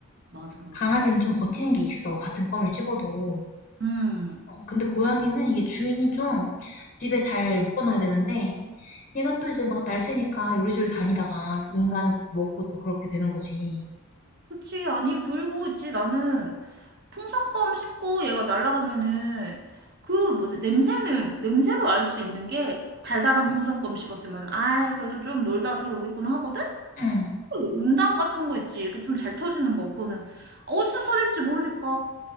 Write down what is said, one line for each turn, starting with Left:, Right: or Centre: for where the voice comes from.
Right: 맞아, 맞아.
Left: 강아지는 좀 버티는 게 있어. 같은 껌을 씹어도.
Right: 음.
Left: 어, 근데 고양이는 이게 주인이 좀 집에 잘 묶어놔야 되는데, 얘가 또 이제 막 날쌔니까 요리조리 다니다가 인간 그 먹고 또 그렇게 되는 거지.
Right: 그치. 아니, 그리고 있지. 나는 풍선껌 씹고 얘가 날아가면은 그 뭐지? 냄새는, 냄새로 알 수 있는 게 달달한 풍선껌 씹었으면 아이, 그래도 좀 놀다 들어오겠구나 하거든?
Left: 응.
Right: 그 은단 같은 거 있지. 이렇게 좀 잘 터지는 거. 그거는 어디서 터질지 모르니까.